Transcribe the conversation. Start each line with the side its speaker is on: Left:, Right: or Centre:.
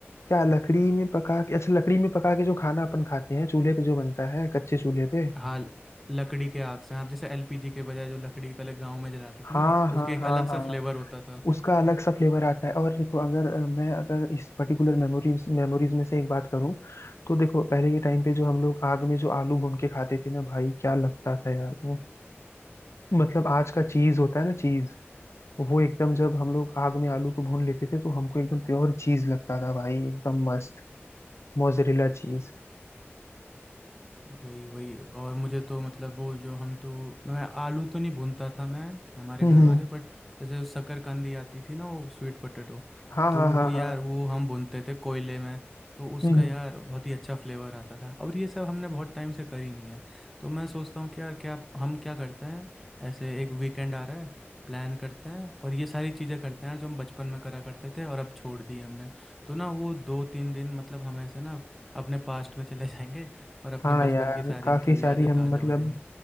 Left: क्या लकड़ी में पका के अच्छा लकड़ी में पका के जो खाना अपन खाते हैं चूल्हे पे जो बनता है कच्चे चूल्हे पे
Centre: हाँ लकड़ी के आग से आप जैसे एलपीजी के बजाय जो लकड़ी पहले गांव में जलाते
Left: हाँ
Centre: थे ना
Left: हाँ
Centre: उसकी एक
Left: हाँ
Centre: अलग
Left: हाँ
Centre: सा फ्लेवर होता था
Left: उसका अलग सा फ्लेवर आता है और देखो अगर अ, मैं अगर इस पर्टिकुलर मेमोरीज मेमोरीज में से एक बात करूं तो देखो पहले के टाइम पे जो हम लोग आग में जो आलू भून के खाते थे ना भाई क्या लगता था यार वो मतलब आज का चीज होता है ना चीज वो एकदम जब हम लोग आग में आलू को भून लेते थे तो हमको एकदम प्योर चीज लगता था भाई एकदम मस्त मोजरेला चीज
Centre: वही वही और मुझे तो मतलब वो जो हम तो मैं आलू तो नहीं भूनता था मैं हमारे
Left: हम्म
Centre: घर
Left: हम्म,
Centre: वाले बट जैसे शकरकंदी आती थी ना वो स्वीट पोटैटो
Left: हाँ
Centre: तो
Left: हाँ हाँ
Centre: वो यार
Left: हाँ
Centre: वो हम भूनते थे कोयले में तो उसका
Left: हम्म हम्म।
Centre: यार बहुत ही अच्छा फ्लेवर आता था और ये सब हमने बहुत टाइम से करी नहीं है तो मैं सोचता हूँ कि यार क्या हम क्या करते हैं ऐसे एक वीकेंड आ रहा है प्लान करते हैं और ये सारी चीज़ें करते हैं यार जो हम बचपन में करा करते थे और अब छोड़ दी हमने तो ना वो दो तीन दिन मतलब हम ऐसे ना अपने पास्ट में चले <laughs> जाएंगे और अपने
Left: हाँ
Centre: बचपन
Left: यार
Centre: की सारी
Left: काफी
Centre: मतलब
Left: सारी
Centre: यादें
Left: हम
Centre: ताज़ा
Left: मतलब
Centre: हो जाएंगी